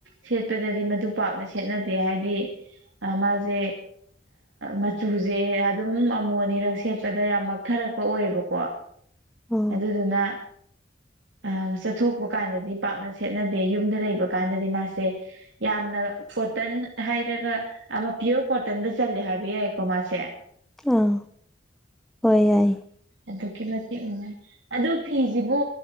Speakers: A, on the right (about 85°); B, in the centre.
A: ꯁꯦꯠꯄꯗꯗꯤ ꯃꯗꯨ ꯄꯥꯛꯅ ꯁꯦꯠꯅꯗꯦ ꯍꯥꯏꯗꯤ ꯃꯥꯁꯦ ꯃꯆꯨꯁꯦ ꯑꯗꯨꯝ ꯑꯃꯣ ꯑꯅꯤꯔꯛ ꯁꯦꯠꯄꯗ ꯌꯥꯝ ꯃꯛꯊꯔꯛꯄ ꯑꯣꯏꯌꯦꯕꯀꯣ
B: ꯑꯥ
A: ꯑꯗꯨꯗꯨꯅ ꯑ ꯆꯠꯊꯣꯛꯄ ꯀꯥꯟꯗꯗꯤ ꯄꯥꯛꯅ ꯁꯦꯠꯅꯗꯦ ꯌꯨꯝꯗ ꯂꯩꯕ ꯀꯥꯟꯗꯗꯤ ꯃꯥꯁꯦ ꯌꯥꯝꯅ ꯀꯣꯇꯟ ꯍꯥꯏꯔꯒ ꯑꯃ ꯄꯤꯌꯣꯔ ꯀꯣꯇꯟꯗ ꯆꯜꯂꯦ ꯍꯥꯏꯕ ꯌꯥꯏꯀꯣ ꯃꯥꯁꯦ
B: ꯑꯥ ꯍꯣꯏ ꯌꯥꯏ
A: ꯑꯗꯨ ꯀꯤꯂꯣ ꯇꯤꯛꯉꯥꯏ ꯑꯗꯨ ꯐꯤꯁꯤꯕꯨ